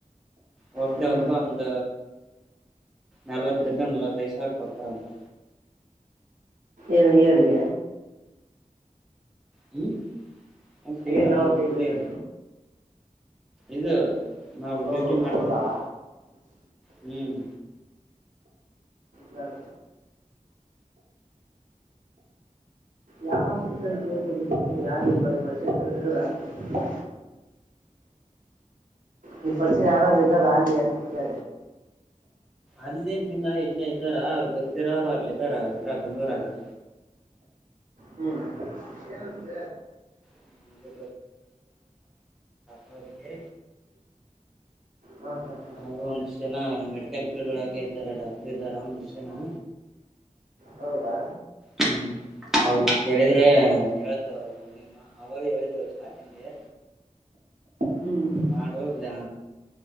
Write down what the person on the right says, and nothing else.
ಹ್ಞೂ
ಏಗ.
ಏನ್ ಅವತ್ತೈದು
ನ.
ಓ
ಹೌದಾ
ಇಾಗ. ಯಾವ ಹಾಸ್ಪಿಟಲ್ ಕಳ್ತ ಇದ ಯಾರ ನಿಂಬ ಪರಿಸಚಯರಾ. ಮ ಈ ಪರ್ಷೆ ಯಾರಾದ್ರೂ ಇದ್ದಾರ ಆ್ಲಿ ಮುಖೆ.
ಹ್ಮ್. ಧ.
ಹಾ ಹಾ ಹಾ
ಹೌದಾ.
ಹ್ಮ್